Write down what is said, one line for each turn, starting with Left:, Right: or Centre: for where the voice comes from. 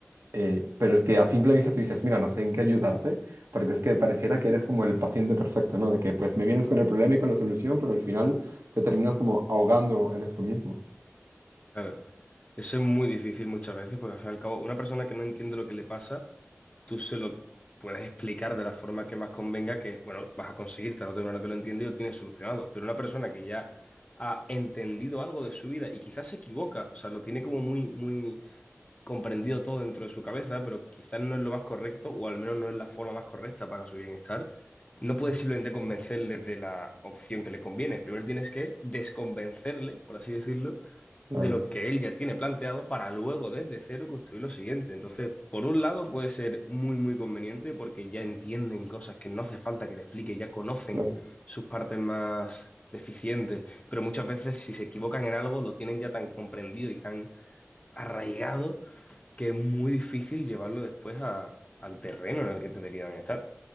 Right: eh, pero el que a simple vista tú dices, mira, no sé en qué ayudarte, porque es que pareciera que eres como el paciente perfecto, ¿no? De que pues me vienes con el problema y con la solución, pero al final te terminas como ahogando en eso mismo.
Left: claro. Eso es muy difícil muchas veces, porque al fin y al cabo, una persona que no entiende lo que le pasa, tú se lo puedes explicar de la forma que más convenga que, bueno, vas a conseguir tarde o temprano que lo entiende y lo tienes solucionado. Pero una persona que ya ha entendido algo de su vida y quizás se equivoca, o sea, lo tiene como muy, muy comprendido todo dentro de su cabeza, pero quizás no es lo más correcto o al menos no es la forma más correcta para su bienestar, no puedes simplemente convencerle de la opción que le conviene. Primero tienes que desconvencerle, por así decirlo,
Right: Claro,
Left: de lo que él ya tiene planteado para luego desde cero construir lo siguiente. Entonces, por un lado puede ser muy, muy conveniente porque ya entienden cosas que no hace falta que le explique, ya conocen
Right: claro.
Left: sus partes más deficientes, pero muchas veces si se equivocan en algo lo tienen ya tan comprendido y tan arraigado que es muy difícil llevarlo después a- al terreno en el que deberían estar.